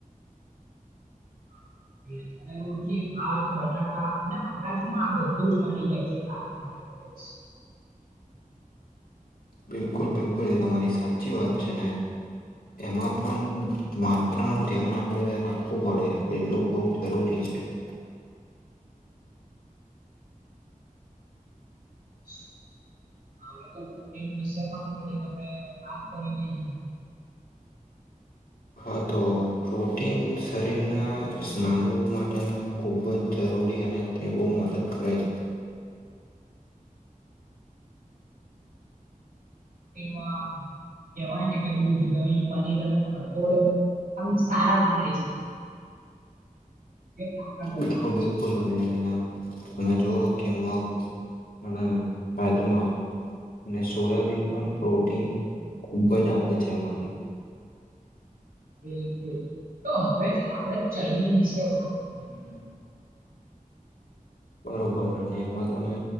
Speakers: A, on the right; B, on the left.
A: હા અને રોટલી ભાત બટાકા અને અનાજમાં આ બધું જ મળી જાય છે <unintelligible> અચ
B: બિલકુલ બિલકુલ એ તમા તમારી સાચી વાત છે. એમાં પણ માત્ર ધ્યાન આપડે રાખવું પડે એટલું બઉ જરૂરી છે. <inaudible>
A: <inaudible> <inaudible> હવે તો પ્રોટીન વિશે પણ થોડીક આપણે વાત કરી લઈએ. <inaudible>
B: હા તો પ્રોટીન શરીરના સ્નાયુઓ માટેના ખુબ જ જરૂર અને તે બહ મદદ કરે છે.
A: <inaudible> એમાં કેવાય છે કે દૂધ દહીં પનીર અને કઠોળ આવી સારા ગણાય છે. જે તાકાત
B: બિલકુલ
A: આપે
B: બિલકુલ
A: છે
B: અને આમ તમે જોવ મગ, ચણા, રાજમા અને સોયાબીન પણ પ્રોટીન ખૂબ જ આપે છે એમાંથી
A: બિલકુલ તો હવે છેને આપણે ચરબી વિશે વાત કરીએ.
B: બરોબર અને એમાં તમે